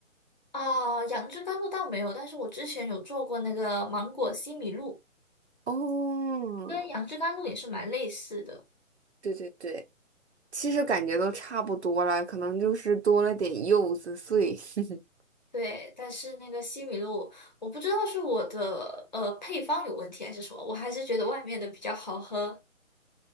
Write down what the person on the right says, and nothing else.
哦，
对对对，其实感觉都差不多了，可能就是多了点柚子碎。<laughs>